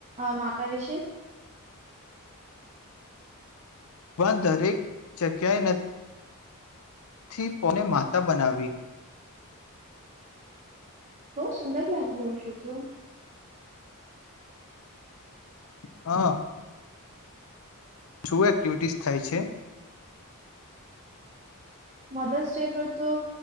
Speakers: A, on the right; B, on the left.
A: માતા વિશે
B: પણ દરેક જગ્યાએ નથી થી પોને માતા બનાવી
A: બઉ સુંદર લાઈન કહુ છું તું
B: હા શુ એક્ટિવિટીસ થાય છે
A: મધર્ષ ડે પર તો